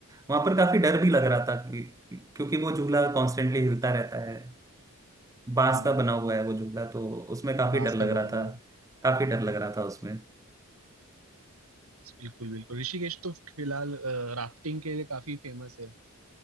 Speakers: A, on the right; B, on the right.
A: वहां पर काफी डर भी लग रहा था कि क्योंकि वो झूला कॉन्स्टेंटली हिलता रहता है बांस
B: हाँ
A: का बना हुआ है वो झूला तो उसमें काफी
B: बांस
A: डर लग
B: का बना
A: रहा
B: हुआ
A: था
B: है
A: काफी डर लग रहा था उसमें
B: बिल्कुल बिल्कुल ऋषिकेश तो फिलहाल राफ्टिंग के लिए काफी फेमस है